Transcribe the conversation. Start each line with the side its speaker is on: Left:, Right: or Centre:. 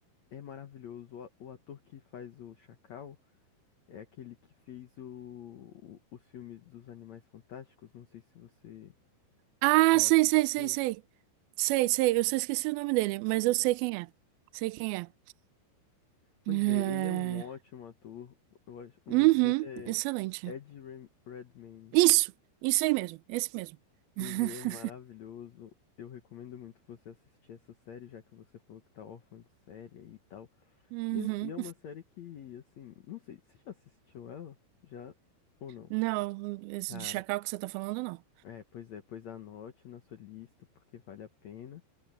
Left: é maravilhoso. O, a- o ator que faz o Chacal é aquele que fez o, o- os filmes dos Animais Fantásticos. Não sei se você
Right: Ah,
Left: Já
Right: sei,
Left: assistiu?
Right: sei, sei, sei. Sei, sei. Eu só esqueci o nome dele, mas eu sei quem é. Sei quem é.
Left: Pois
Right: É,
Left: é, ele é um ótimo ator. Eu acho, o
Right: Uhum.
Left: nome dele é
Right: Excelente.
Left: Ed Rem- Redmayne.
Right: Isso! Isso aí mesmo. Esse mesmo. <laughs>
Left: Ele é maravilhoso. Eu recomendo muito você assistir essa série, já que você falou que tá órfã de série aí e tal.
Right: Uhum.
Left: E é, um, e é uma série que, assim, não sei, você já assistiu ela? Já ou não?
Right: Não, esse
Left: Cara,
Right: de chacal que você tá falando, não.
Left: é, pois é, pois anote na sua lista, porque vale a pena.